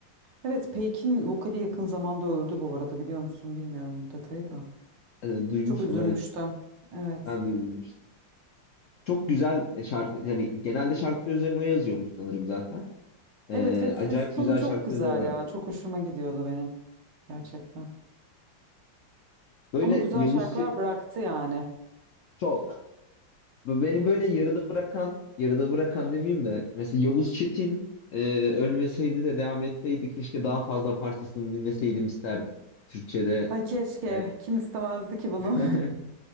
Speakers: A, on the right; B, on the left.
A: Evet Peik'in vokali yakın zamanda öldü bu arada biliyor musun? Bilmiyorum bu detayı da.
B: E, duymuştum
A: Çok üzülmüştüm.
B: evet.
A: Evet.
B: Ben de duymuştum. Çok güzel e, şarkı yani genelde şarkı sözlerini o yazıyormuş sanırım zaten. E,
A: Evet ve ses
B: acayip
A: tonu
B: güzel
A: çok
B: şarkı
A: güzel
B: sözleri var.
A: ya. Çok hoşuma gidiyordu benim. Gerçekten.
B: Böyle
A: Ama güzel
B: Yavuz
A: şarkılar
B: Çetin
A: bıraktı yani.
B: çok. Bu Beni
A: Evet.
B: böyle yarıda bırakan, yarıda bırakan demeyeyim de mesela Yavuz Çetin e, ölmeseydi de devam etseydi keşke daha fazla parçasını dinleseydim isterdim. Türkçe'de
A: Ay keşke.
B: e,
A: Kim istemezdi ki bunu?
B: <laughs>